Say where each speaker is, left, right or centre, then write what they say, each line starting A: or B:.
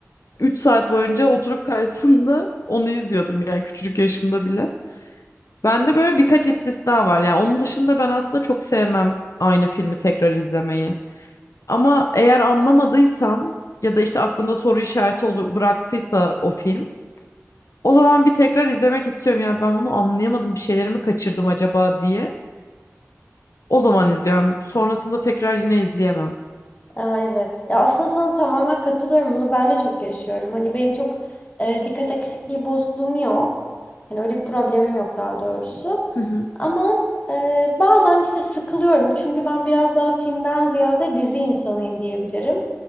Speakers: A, on the left; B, on the left.
A: üç saat boyunca oturup karşısında <laughs> onu izliyordum yani küçücük yaşımda bile. Bende böyle birkaç istisna var. Yani onun dışında ben aslında çok sevmem aynı filmi tekrar izlemeyi. Ama eğer anlamadıysam ya da işte aklımda soru işareti olur, bıraktıysa o film O zaman bir tekrar izlemek istiyorum. Yani ben bunu anlayamadım. Bir şeylerimi kaçırdım acaba diye. O zaman izliyorum. Sonrasında tekrar yine izleyemem.
B: Aa, evet. Ya aslında sana tamamen katılıyorum. Bunu ben de çok yaşıyorum. Hani benim çok e, dikkat eksikliği bozukluğum yok. Hani öyle bir problemim yok daha doğrusu.
A: Hı hı.
B: Ama e, bazen işte sıkılıyorum. Çünkü ben biraz daha filmden ziyade dizi insanıyım diyebilirim.